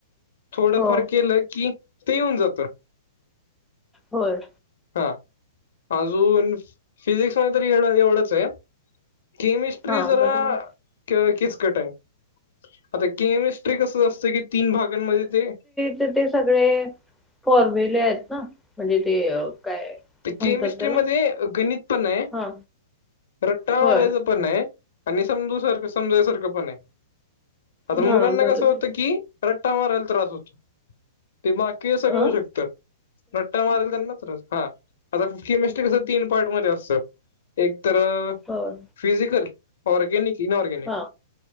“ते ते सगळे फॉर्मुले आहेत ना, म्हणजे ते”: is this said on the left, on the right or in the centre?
Centre